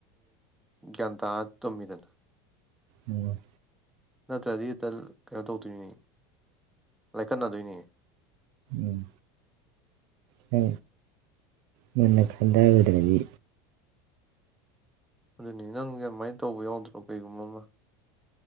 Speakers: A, in the centre; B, on the right.
A: ꯒ꯭ꯌꯥꯟ ꯇꯥꯔ ꯇꯨꯝꯃꯤꯗꯅ
B: ꯎꯝ
A: ꯅꯠꯇ꯭ꯔꯗꯤ ꯏꯇꯜ ꯀꯩꯅꯣ ꯇꯧꯗꯣꯏꯅꯤ ꯂꯥꯏꯀꯠꯅꯗꯣꯏꯅꯤ
B: ꯎꯝ ꯍ ꯃꯨꯟꯅ ꯈꯟꯗꯔꯨꯗ꯭ꯔꯗꯤ
A: ꯑꯗꯨꯅꯤ ꯅꯪꯁꯦ ꯑꯃꯥꯏꯅ ꯇꯧꯕ ꯌꯥꯎꯗ꯭ꯔꯣ ꯀꯩꯒꯨꯝꯕ ꯑꯃ